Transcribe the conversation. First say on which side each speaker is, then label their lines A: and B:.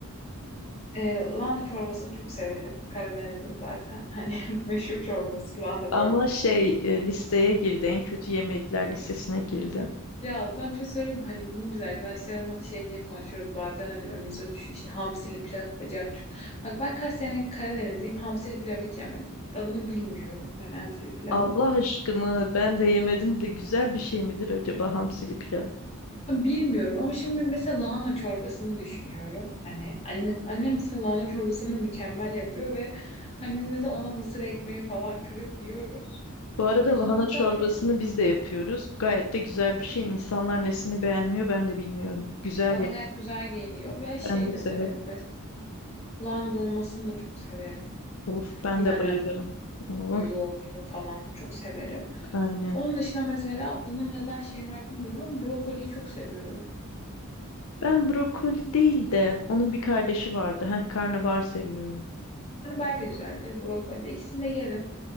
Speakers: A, on the left; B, on the left.
A: Ee, lahana çorbasını çok severim. Karadeniz'in zaten hani <laughs> meşhur çorbası lahana
B: Ama
A: çorbası.
B: şey e, listeye girdi. En kötü yemekler listesine girdi.
A: Ya aslında bir şey söyleyeyim mi? Hani bunu biz arkadaşlarımla şey diye konuşuyoruz. Bazen hani önümüze düşüyor işte hamsili pilav bacak çut. Bak ben kaç sene Karadenizliyim hamsili pilav hiç yemedim. Tadını bilmiyorum hani hamsili pilavı.
B: Allah aşkına ben de yemedim de güzel bir şey midir acaba hamsili pilav?
A: Bilmiyorum ama şimdi mesela lahana çorbasını düşünüyorum. Hani anne, annem mesela lahana çorbasını mükemmel yapıyor ve hani biz mesela ona mısır ekmeği falan kırıp yiyoruz.
B: Bu arada
A: Hani
B: lahana
A: bana gayet
B: çorbasını biz de yapıyoruz. Gayet de güzel bir şey. İnsanlar nesini beğenmiyor ben de bilmiyorum. Güzel
A: bana
B: yani.
A: gayet güzel geliyor ve şey
B: Ben de
A: de
B: severim.
A: severim mesela. Lahana dolmasını da çok severim.
B: Of ben
A: Yine
B: de
A: annem
B: bayılırım. Of
A: yapıyor, yoğurtlu falan çok severim.
B: aynen.
A: Onun dışında mesela bunun neden şeyi var bilmiyorum ama brokoliyi çok seviyorum.
B: Ben brokoli değil de onun bir kardeşi vardı. Heh, karnabahar seviyorum.
A: Hani bayağı da güzeldir brokoli de ikisini de yerim.